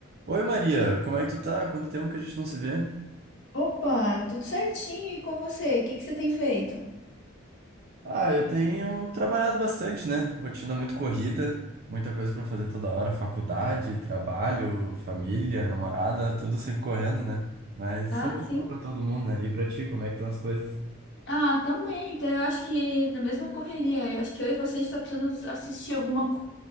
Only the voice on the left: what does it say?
Opa, tudo certinho. E com você? O que que você tem feito?
Ah,
sim.
Ah, também. Então, eu acho que na mesma correria, eu acho que eu e você a gente tá precisando assistir alguma co-